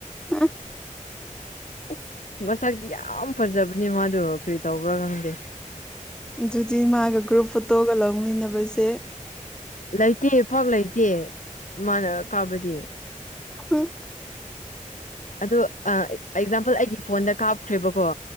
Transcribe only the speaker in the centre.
ꯎꯝ
ꯑꯗꯨꯗꯤ ꯃꯥꯒ ꯒ꯭ꯔꯨꯞ ꯐꯣꯇꯣꯒ ꯂꯧꯃꯤꯟꯅꯕꯁꯦ
ꯎꯝ